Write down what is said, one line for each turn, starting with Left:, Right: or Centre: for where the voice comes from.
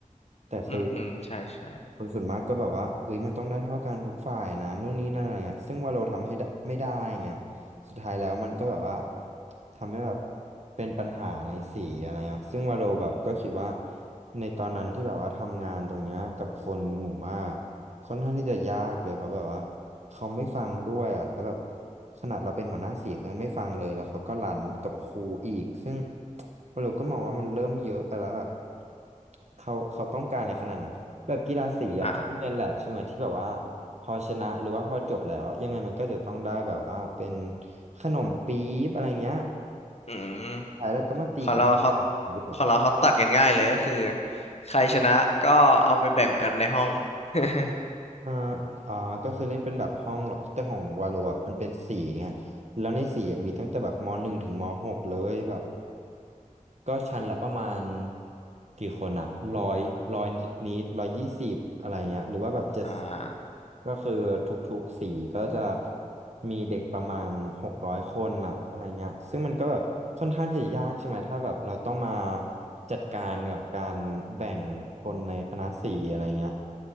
Right: แต่คือ
Left: อืม อืม ใช่ใช่
Right: คนส่วนมากก็แบบว่าเอ้ยมันต้องได้เท่ากันทุกฝ่ายนะนู่นนี่นั่นอะไรเงี้ยซึ่งวาโลทำให้ได้ไม่ได้ไง สุดท้ายแล้วมันก็แบบว่าทำให้แบบเป็นปัญหาในสีอะไรเงี้ยซึ่งวาโลแบบก็คิดว่าในตอนนั้นที่แบบว่าทำงานตรงเนี้ยกับคนหมู่มากค่อนข้างที่จะยากเลยเพราะแบบว่าเขาไม่ฟังด้วยอ่ะแล้วแบบขนาดเราเป็นหัวหน้าสีเขายังไม่ฟังเลยแล้วเขาก็รันกับครูอีกซึ่งวาโลก็มองว่ามันเริ่มเยอะไปแล้วแบบเขาเขาต้องการอะไรขนาดนั้นแบบกีฬาสีอะทุกโรงเรียนแหละใช่ไหมที่แบบว่า
Left: อ่า
Right: พอชนะหรือว่าพอจบแล้วยังไงมันก็จะต้องได้แบบว่าเป็นขนมปี๊บอะไรเงี้ย
Left: อืม
Right: ท้ายแล้วก็มาตีกันขนมปี๊บเหรอ
Left: ของเราเขา ของเราเขาตัดกันง่ายเลยก็คือ ใครชนะก็เอาไปแบ่งกันในห้อง <laughs>
Right: อ่าอ่าก็คือเล่นเป็นแบบห้องหรอกแต่ของวาโลอ่ะมันเป็นสีไง แล้วในสี่อะมีตั้งแต่แบบมหนึ่งถึงมหกเลยแบบก็ชั้นละประมาณกี่คนอะร้อยร้อยนิดร้อยยี่สิบอะไรเงี้ยหรือว่าแบบเจ็ดสิบ
Left: อ่า
Right: ก็คือทุกๆสีก็จะมีเด็กประมาณหกร้อยคนอะอะไรเงี้ยซึ่งมันก็แบบค่อนข้างจะยากใช่ไหมถ้าแบบเราต้องมาจัดการกับการแบ่งคนในคณะสี่อะไรเงี้ย